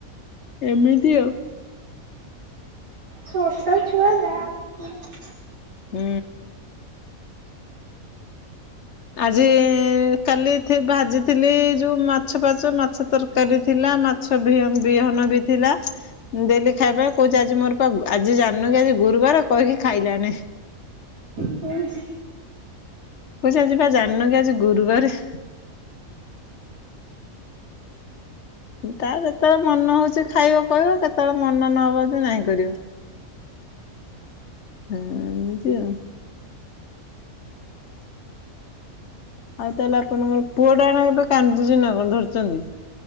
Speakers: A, on the left; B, on the right.
A: ଏମିତି ଆଉ।
B: ଛୋଟ ଛୁଆ ଯାହା <inaudible> କହିଲେ
A: ହୁଁ। ଆଜି ଇ - ଇ - ଇ କାଲି ଥି ଭାଜିଥିଲି ଇ ଯୋଉ ମାଛ ପାଛ ମାଛ ତରକାରୀ ଥିଲା ମାଛ ବିହ ବିହନ ବି ଥିଲା ଦେଲି ଖାଇବା କହୁଛି ଆଜି ମୋର ପା ଆଜି ଜାଣିନ କି ଆଜି ଗୁରୁବାର କହିକି ଖାଇଲାନାଇ।
B: ହୁଁ।
A: କହୁଚି ଆଜି ପା ଜାଣିନ କି ଆଜି ଗୁରୁବାର ତାର ଯେତେବେଳେ ମନେ ହଉଛି ଖାଇବ କହିବ। କେତେବେଳେ ମନ ନହବ ଯଦି ନାଇଁ କରିବ। ହଁ ଏମିତି ଆଉ। ଆଉ ତାହେଲେ ଆପଣଙ୍କର ପୁଅ ଟା ଏବେ କାନ୍ଦୁଛି ନା କଣ ଧରିଛନ୍ତି?